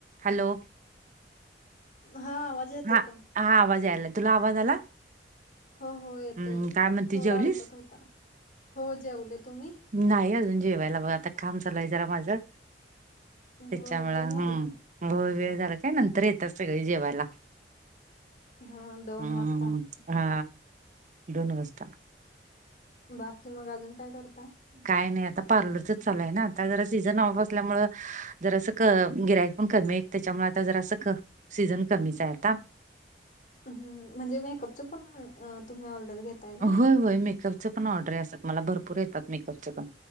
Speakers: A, on the right; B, on the left.
A: Hello!
B: हा आवाज येतोय
A: हा
B: का
A: हा आवाज यायला तुला आवाज आला.
B: हो हो येतोय
A: हम्म काय म्हणते
B: थोडा
A: जेवलीस
B: अडकत होता हो जेवले तुम्ही.
A: नाही अजून जेवायला बघ आता काम चालू आहे जरा माझं त्याच्यामुळं
B: होय वेळ झाले
A: हम्म.
B: की
A: हो वेळ झाला काय नंतर येतात सगळे जेवायला.
B: हा दोन
A: हम्म
B: वाजता
A: हा दोन वाजता.
B: बाकी मग अजून काय करत.
A: काय नाही आता पार्लरचच चालय ना आता जरा सीझन ऑफ असल्यामु जर असं क गिरायक पण कमीत त्याच्यामु आता जर असं क सीझन कमीच आहेता.
B: म्हणजे मेकअपच पण तुम्ही ऑर्डर घेताय का.
A: होय होय मेकअप च पण ऑर्डर असत्यात मला भरूर येतात मेकअप पण